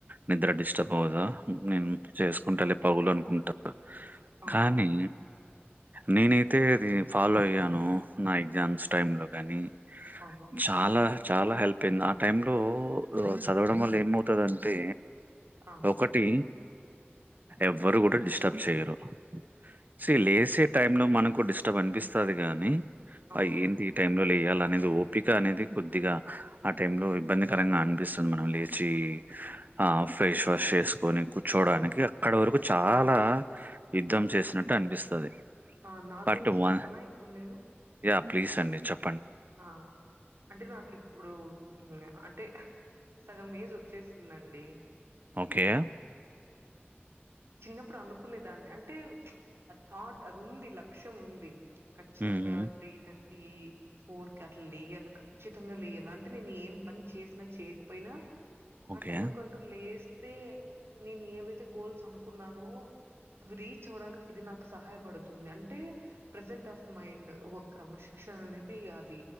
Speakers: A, on the right; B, on the right.
A: నిద్ర డిస్టర్బ్ అవదా నేను చేస్ కుంటల పగులు అనుకుంటరు
B: అవును.
A: కానీ నేనైతే అది ఫాలో అయ్యాను నా ఎగ్జామ్స్
B: హ్మ్.
A: టైమ్ లో కాని
B: ఓహో!
A: చాల చాలా హెల్ప్ అయింది ఆ టైం లో చదవడం వల్ల ఏమవుతదంటే
B: ఆహా!
A: ఒకటి ఎవ్వరు కూడ డిస్టర్బ్ చేయరు సె లేసే టైం లో మనకు డిస్టర్బ్ అనిపిస్తది గాని
B: అవును.
A: అ ఏంటి టైంలో లే చేయాల అనేది ఓపిక అనేది కొద్దిగ ఆ టైం లో ఇబ్బందికరంగ అనిపిస్తుంది మనం లేచి ఆ ఫేస్ వాష్ చేసుకొని కూర్చోడానికి అక్కడ వరకు చాల యుద్ధం చేసినట్టు అనిపిస్తది
B: ఆ నా
A: పార్ట్
B: గురించి
A: వన్
B: చెప్పనా ఇప్పుడు నేను
A: యా ప్లీజ్ అండి చెప్
B: ఆ అంటె నాకి ఇప్పుడు అ అంటె హ్ సగం ఏజ్ వచ్చేసిందండి
A: ఓకే
B: చిన్నప్పుడు అనుకునేదాన్ని అంటే అ థాట్ అది ఉంది లక్ష్యం ఉంది ఖచ్చితంగా
A: మ్మ్
B: త్రీ థర్టీ ఫోర్కి అట్లా లేయాలి ఖచ్చితంగా లేయాలి అంటే నేను ఏం పని చేసినా చేయకపోయినా
A: ఓకే
B: ఆ టైం కంటూ లేస్తే నేను ఏవైతే గోల్స్ అనుకున్నానో అవి రీచ్ అవడానికి ఇది నాకు సహాయపడుతుంది అంటే ప్రజెంట్ ఆఫ్ మైండ్ ఒక క్రమశిక్ న అనేది అది